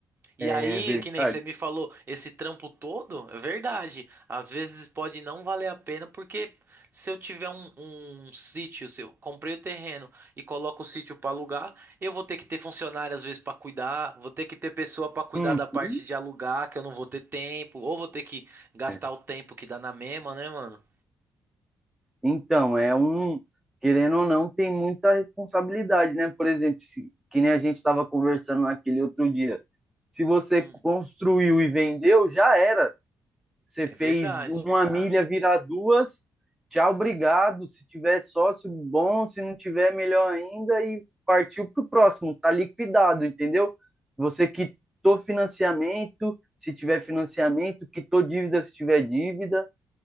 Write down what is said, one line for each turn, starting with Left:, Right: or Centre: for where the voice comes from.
Right: E
Centre: é
Right: aí,
Centre: verdade.
Right: que nem você me falou, esse trampo todo, é verdade. Às vezes pode não valer a pena, porque se eu tiver um, um sítio, se eu comprei o terreno e coloco o sítio para alugar, eu vou ter que ter funcionário às vezes para cuidar, vou ter que ter pessoa para cuidar
Centre: Uhum.
Right: da parte de alugar, que eu não vou ter tempo, ou vou ter que gastar
Centre: É.
Right: o tempo que dá na mesma, né, mano?
Centre: Então, é um. Querendo ou não, tem muita responsabilidade, né? Por exemplo, se, que nem a gente estava conversando naquele outro dia. Se você
Right: Hum,
Centre: construiu e vendeu, já era Você
Right: é
Centre: fez
Right: verdade.
Centre: uma milha virar duas, tchau, obrigado. Se tiver sócio, bom. Se não tiver, melhor ainda. E partiu para o próximo, tá liquidado, entendeu? Você quitou financiamento, se tiver financiamento, quitou dívida, se tiver dívida.